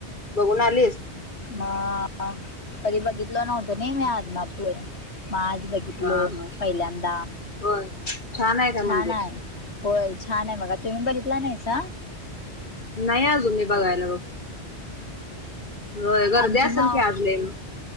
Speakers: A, on the left; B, on the left.
A: बघून आलीस.
B: मग कधी बघितल नव्हतो नाही मी आतमा पूर्ण मग आज बघित. घितलो
A: हा हा
B: पहिल्यांदा.
A: होय, छान आहे का
B: छान
A: मंदिर?
B: आहे होय. छान आहे, बघा तुम्ही बघीतला नाहीसा.
A: नाही अजु मी बघायला बघ. होय गर्दी
B: आमची
A: असेल
B: माव
A: की आज लय मग